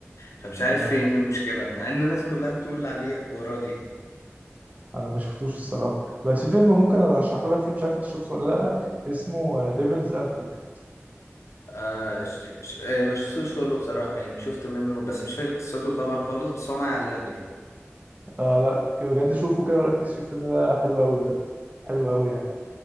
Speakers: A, on the left; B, on the right.
A: فمش عارف
B: انا
A: فين
B: مش
A: المشكلة مع ان الناس كلها بتقول عليه حواراتي
B: انا ما شفتوش الصراحه بس في فيلم ممكن ارشحه لك فيه مش عارف انت شفته ولا لا اسمه ديفلز ادفوكيت
A: آه ش... ش... آه ما شفتوش كله بصراحة يعني شفت منه بس مش فاكر قصته طبعا خالص بس هو معايا على اللاب يعني
B: آه لا بجد شوفه كده وركز فيه الفيلم ده حلو قوي بجد حلو قوي يعني